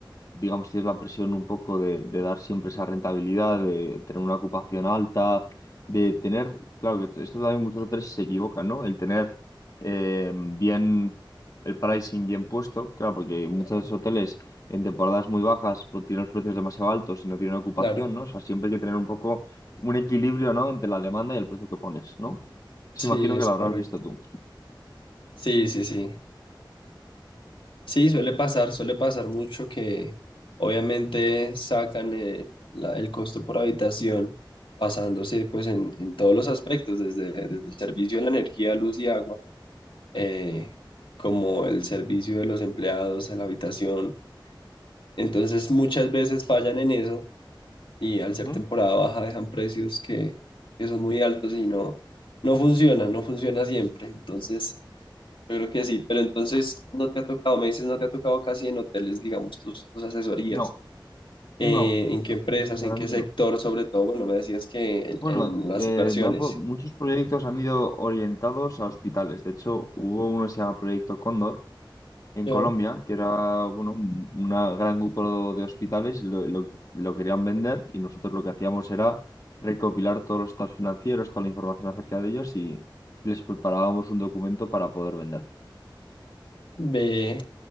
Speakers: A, on the left; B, on the left.
A: digamos, tienes la presión un poco de, de dar siempre esa rentabilidad, de tener una ocupación alta, de tener, claro que esto también muchos hoteles se equivocan, ¿no? El tener eh, bien el pricing bien puesto, claro, porque muchos
B: Claro,
A: hoteles en temporadas muy bajas pues, tienen los precios demasiado altos y no tienen ocupación,
B: claro.
A: ¿no? O sea, siempre hay que tener un poco un equilibrio, ¿no? Entre la demanda y el precio que pones, ¿no? Se
B: Sí,
A: imagino
B: es
A: que lo habrás
B: correcto.
A: visto tú.
B: Sí, sí, sí. Sí, suele pasar, suele pasar mucho que obviamente sacan eh, la- el costo por habitación basándose pues en, en todos los aspectos, desde, desde el servicio de la energía, luz y agua, eh, como el servicio de los empleados a la habitación. Entonces muchas veces fallan en eso y al
A: Ujú.
B: ser temporada baja dejan precios que, que son muy altos y no, no funciona, no funciona siempre. Entonces, yo creo que sí, pero entonces no te ha tocado, me dices, no te ha tocado casi en hoteles, digamos, tus, tus asesorías.
A: No, no,
B: Eh, ¿en qué empresas,
A: sinceramente
B: en qué sector,
A: no.
B: sobre todo? Bueno, me decías que en,
A: Bueno,
B: en las
A: eh,
B: inversiones.
A: me han pro- muchos proyectos han ido orientados a hospitales. De hecho, hubo uno que se llama Proyecto Cóndor en
B: Ya,
A: Colombia, que era bueno, un una gran grupo de hospitales y lo, lo- lo querían vender y nosotros lo que hacíamos era recopilar todos los estados financieros, toda la información acerca de ellos y les preparábamos un documento para poder vender.
B: ve,